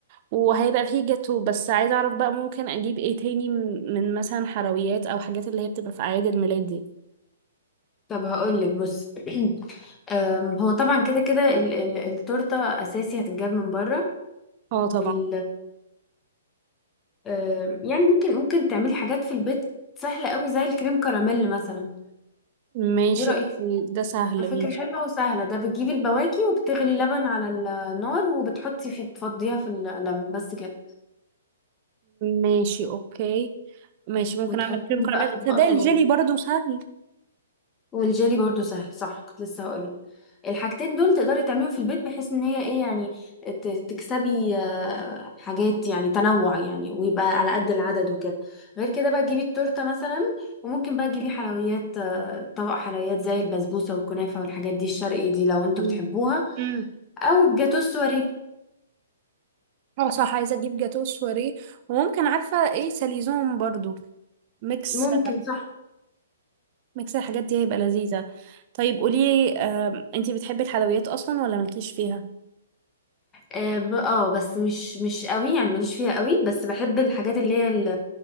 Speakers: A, on the right (about 40°); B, on the left (about 20°).
A: وهيبقى فيه جاتو بس عايزة اعرف بقى ممكن اجيب ايه تاني من من مثلا حلويات او حاجات اللي هي بتبقى في اعياد الميلاد دي
B: طب هقولك بص <clears throat> أم، هو طبعا كده كده ال- ال- التورته اساسي هتتجاب من بره
A: اه طبعا
B: وال أم، يعني ممكن ممكن تعملي حاجات في البيت سهله قوي زي الكريم كراميل مثلا
A: ماشي
B: ايه رايك
A: أوكي. ده سهل
B: ده فكره
A: ماشي
B: حلوه وسهله ده بتجيبي البواكي وبتغلي لبن على النار وبتحطي فيه تفضيها في اللبن بس كده
A: ماشي اوكي ماشي ممكن
B: وتحطيهم
A: اعمل كريم كراميل
B: بقى في اطباق
A: ده
B: صغيره
A: الجيلي برضو سهل
B: والجيلي برضو سهل صح كنت لسه هقولك الحاجتين دول تقدري تعمليهم في البيت بحيث ان هي ايه يعني ت- تكسبي آه، حاجات يعني تنوع يعني ويبقى على قد العدد وكده غير كده بقى تجيبي التورته مثلا وممكن بقى تجيبي حلويات آه، طبق حلويات زي البسبوسه والكنافه والحاجات دي الشرقي دي لو انتوا
A: مم.
B: بتحبوها
A: امم
B: او جاتو السواريه
A: اه صح عايزة اجيب جاتو سواريه وممكن عارفة ايه ساليزون برضو ميكس
B: ممكن صح
A: ميكس الحاجات دي هيبقى لذيذة طيب قولي آه، انتي بتحبي الحلويات اصلا ولا مالكيش فيها
B: اه ب- آه، بس مش مش قوي يعني ماليش فيها قوي بس بحب الحاجات اللي هي ال-